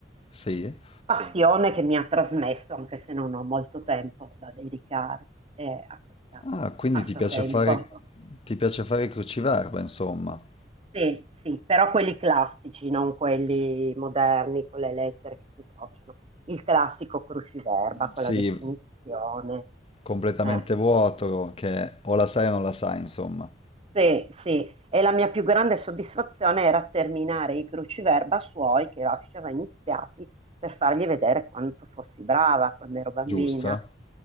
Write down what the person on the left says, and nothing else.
Sì?
Ah, quindi
ti piace fare, ti piace fare il cruciverba, insomma.
Sì,
completamente
vuoto, che o la sai o non la sai, insomma.
Giusto?